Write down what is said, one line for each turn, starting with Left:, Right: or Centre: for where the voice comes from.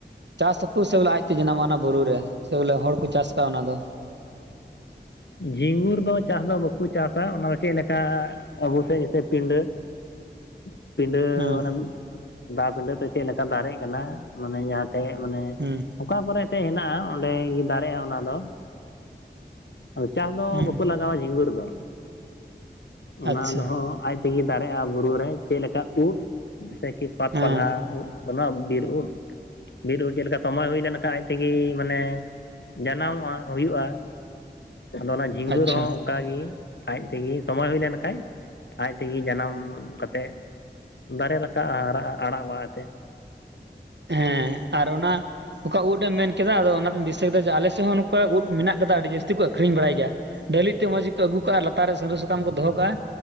Right: ᱪᱟᱥ ᱟᱠᱩ ᱥᱮ ᱵᱚᱞᱮ ᱟᱡᱛᱮ ᱡᱟᱱᱟᱢᱚᱜ-ᱟ ᱚᱱᱟ ᱵᱩᱨᱩ ᱨᱮ ᱥᱮ ᱵᱚᱞᱮ ᱦᱚᱲ ᱠᱚ ᱪᱟᱥ ᱠᱟᱜᱼᱟ ᱚᱱᱟ ᱫᱚ?
Left: ᱡᱷᱤᱸᱜᱩᱨ ᱫᱚ ᱪᱟᱥ ᱫᱚ ᱵᱟᱠᱩ ᱪᱟᱥᱟ ᱚᱱᱟ ᱫᱚ ᱪᱮᱫ ᱞᱮᱠᱟ ᱟᱵᱩ ᱥᱮᱫ ᱡᱮᱥᱮ ᱯᱤᱰᱟᱹ <inaudible> ᱯᱤᱰᱟᱹ
Right: ᱦᱮᱸ
Left: ᱚᱱᱟ ᱫᱟ ᱯᱤᱰᱟᱹ ᱛᱮ ᱪᱮᱫ ᱞᱮᱠᱟ ᱫᱟᱨᱮᱜ ᱠᱟᱱᱟ ᱢᱟᱱᱮ ᱡᱟᱦᱟᱸ ᱛᱮᱜ ᱢᱟᱱᱮ
Right: ᱦᱮᱸ
Left: ᱚᱠᱟ ᱠᱚᱨᱮ ᱮᱛᱮᱜ ᱦᱮᱱᱟᱜᱼᱟ ᱚᱸᱰᱮ ᱜᱮ ᱫᱟᱨᱮᱜᱼᱟ ᱚᱱᱟ ᱫᱚ ᱾ ᱟᱫᱚ ᱪᱟᱥ ᱫᱚ
Right: ᱦᱮᱸ
Left: ᱵᱟᱠᱚ ᱞᱟᱜᱟᱣᱟ ᱡᱷᱤᱸᱜᱩᱨ ᱫᱚ ᱚᱱᱟ
Right: ᱟᱪᱪᱷᱟ
Left: ᱫᱚᱦᱚᱸ ᱟᱡ ᱛᱮᱜᱮ ᱫᱟᱨᱮᱜᱼᱟ ᱵᱩᱨᱩ ᱨᱮ ᱪᱮᱫ ᱞᱮᱠᱟ ᱩᱫ ᱡᱮᱭᱥᱮ ᱠᱤ ᱯᱟᱛ
Right: ᱦᱮᱸ
Left: ᱯᱟᱞᱦᱟ ᱩᱫ ᱚᱱᱟ ᱵᱤᱨ ᱩᱫ, ᱵᱤᱨ ᱩᱫ ᱪᱮᱫ ᱞᱮᱠᱟ ᱥᱚᱢᱚᱭ ᱦᱩᱭ ᱞᱮᱱᱠᱷᱟᱱ ᱟᱡ ᱛᱮᱜᱮ ᱢᱟᱱᱮ ᱡᱟᱹᱱᱟᱢᱚᱜᱼᱟ, ᱦᱩᱭᱩᱜᱼᱟ ᱟᱫᱚ ᱚᱱᱟ ᱡᱷᱤᱝᱜᱩᱨ
Right: ᱟᱪᱪᱷᱟ
Left: ᱦᱚᱸ ᱚᱱᱠᱟ ᱜᱮ ᱟᱡ ᱛᱮᱜᱮ ᱥᱚᱢᱚᱭ ᱦᱩᱭ ᱞᱮᱱᱠᱷᱟᱡ ᱟᱡ ᱛᱮᱜᱮ ᱡᱟᱹᱱᱟᱢ ᱠᱟᱛᱮᱫ ᱫᱟᱨᱮ ᱨᱟᱠᱟᱵᱼᱟ ᱦᱟᱨᱟᱜᱼᱟ ᱟᱨᱟᱜ ᱵᱟᱦᱟ ᱛᱮ ᱾
Right: ᱦᱮᱸ ᱟᱨ ᱚᱱᱟ ᱚᱠᱟ ᱩᱫ ᱮᱢ ᱢᱮᱱᱠᱮᱫᱟ ᱟᱫᱚ ᱚᱱᱟᱛᱮᱧ ᱫᱤᱥᱟᱠᱮᱫᱟ ᱡᱮ ᱟᱞᱮ ᱥᱮᱪ ᱦᱚ ᱚᱱᱠᱟ ᱩᱫ ᱢᱮᱱᱟᱜ ᱟᱠᱟᱫᱟ ᱟᱹᱰᱤ ᱡᱟᱹᱥᱛᱤ ᱠᱚ ᱟᱠᱷᱟᱨᱤᱧ ᱵᱟᱲᱟᱭ ᱜᱮᱭᱟ ᱰᱟᱹᱞᱤᱡ ᱛᱮ ᱢᱚᱡᱽ ᱜᱮᱠᱚ ᱟᱹᱜᱩ ᱠᱟᱜᱼᱟ ᱟᱨ ᱞᱟᱛᱟᱨ ᱨᱮ ᱥᱟᱹᱨᱩ ᱥᱟᱠᱟᱢ ᱠᱚ ᱫᱚᱦᱚ ᱠᱟᱜᱼᱟ